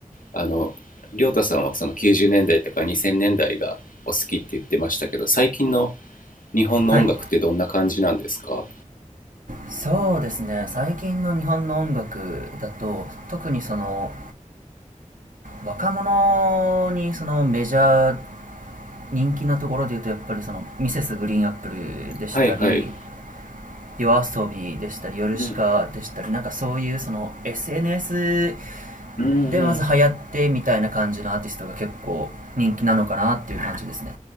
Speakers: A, on the left (about 85°); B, on the right (about 75°).
A: あのりょう太さんはその90年代とか2000年代がお好きって言ってましたけど最近の日本の音楽ってどんな感じなんですか
B: はい。そうですね最近の日本の音楽だと特にその若者にそのメジャー人気なところで言うとやっぱりそのミセスグリーンアップルでしたり
A: はいはい、
B: 夜遊びでしたりヨルシカでしたりなんかそういうその
A: うん、
B: SNS
A: うんうん
B: でまず流行ってみたいな感じのアーティストが結構人気なのかなっていう感じですね